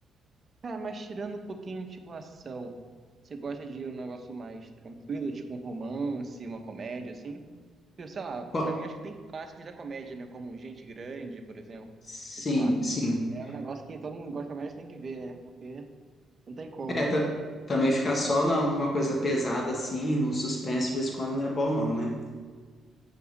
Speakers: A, on the right (about 35°); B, on the left (about 40°).
A: Cara, mas tirando um pouquinho, tipo, ação, você gosta de um negócio mais tranquilo, tipo um romance, uma comédia, assim? Eu sei lá,
B: Qual-
A: pra mim acho que tem clássicos da comédia, né? Como Gente Grande, por exemplo.
B: Sim,
A: E, Sei lá,
B: sim.
A: É um negócio que todo mundo gosta, mas tem que ver, né? Porque não tem como.
B: É, ta- também ficar só na- numa coisa pesada assim, num suspense de vez em quando não é bom não, né?